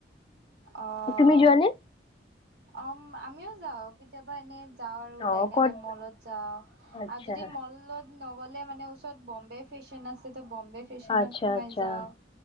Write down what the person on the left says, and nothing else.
তুমি যোৱানে?
অ',
ক'ত
আচ্ছা,
আচ্ছা,
আচ্ছা